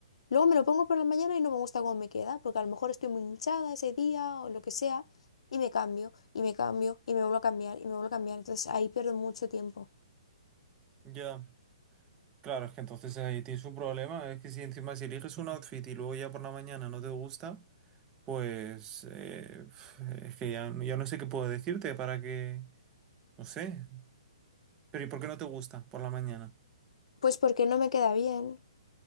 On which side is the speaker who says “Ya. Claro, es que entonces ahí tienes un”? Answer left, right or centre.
Right